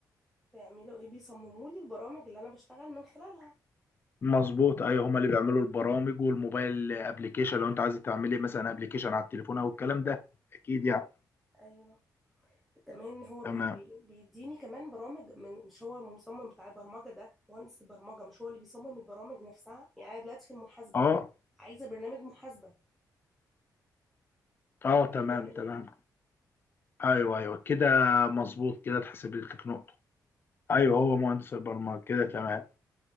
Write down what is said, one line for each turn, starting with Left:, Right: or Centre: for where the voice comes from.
Centre: بيعملوا ايه بيصمموا لي البرامج اللي انا بشتغل من خلالها
Left: مظبوط ايوه هما اللي بيعملوا البرامج والموبايل ابلكيشن لو انت عايزه تعملي مثلا ابلكيشن على التليفون او الكلام ده اكيد يعني
Centre: ايوه كمان هو
Left: تمام
Centre: بي بي بيديني كمان برامج من- مش هو المصمم بتاع البرمجه ده مهندس البرمجه مش هو اللي بيصمم البرامج نفسها يعني انا دلوقتي في المحاسبه
Left: اه
Centre: عايزه برنامج محاسبه
Left: اه
Centre: مين
Left: تمام
Centre: اللي بيعمله
Left: تمام ايوه ايوه كده مظبوط كده اتحسبت لك نقطة ايوه هو مهندس البرمجة كده تمام